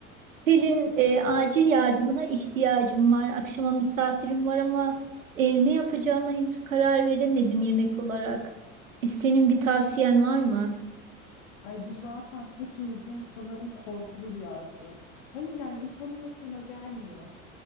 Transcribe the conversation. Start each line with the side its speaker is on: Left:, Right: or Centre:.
Right: Selin e, acil yardımına ihtiyacım var. Akşama misafirim var ama e, ne yapacağıma henüz karar veremedim yemek olarak. E, senin bir tavsiyen var mı?
Left: Ay bu zaten hepimizin sanırım korkulu rüyası. Hayır yani insanın aklına gelmiyor